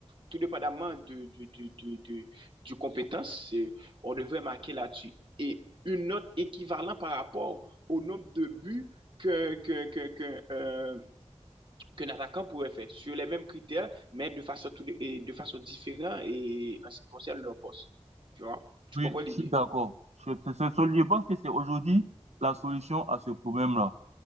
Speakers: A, on the right (about 50°); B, on the right (about 75°).
A: tout dépendamment de, de de de du compétence, on devrait marquer là-dessus. Et une note équivalente par rapport au nombre de buts qu'un que, que, que, euh, qu'un attaquant pourrait faire, sur les mêmes critères, mais de façon, tout, et de façon différente et en ce qui concerne leur poste. Tu vois? Tu
B: Oui,
A: comprends l'idée?
B: je suis d'accord. Je, c'est- c'est- je pense que c'est aujourd'hui la solution à ce problème-là,